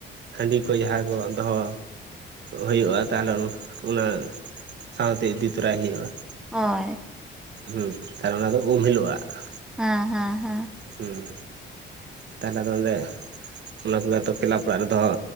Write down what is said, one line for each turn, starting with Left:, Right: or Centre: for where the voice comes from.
Right: ᱦᱟᱺᱰᱤ ᱠᱚ ᱡᱟᱦᱟᱸᱭ ᱠᱚ ᱫᱚᱦᱚ ᱦᱩᱭᱩᱜᱼᱟ ᱛᱟᱦᱚᱞᱮ ᱚᱱᱟ ᱥᱟᱶᱛᱮ ᱤᱫᱤ ᱛᱚᱨᱟᱭ ᱮ ᱦᱩᱭᱩᱜᱼᱟ ᱾
Centre: ᱦᱳᱭ ᱾
Right: ᱦᱩᱸ ᱛᱟᱦᱚᱞᱮ ᱚᱱᱟ ᱫᱚ ᱩᱢ ᱦᱤᱞᱚᱜ-ᱟᱜ ᱾
Centre: ᱦᱮᱸ ᱦᱮᱸ ᱦᱮᱸ ᱾
Right: ᱦᱩᱸ᱾ ᱛᱟᱦᱞᱮ ᱟᱫᱚ ᱚᱸᱰᱮ ᱚᱱᱟ ᱠᱚᱜᱮ ᱟᱫᱚ ᱠᱮᱞᱟᱵᱽ ᱚᱲᱟᱜ ᱨᱮ ᱫᱚᱦᱚ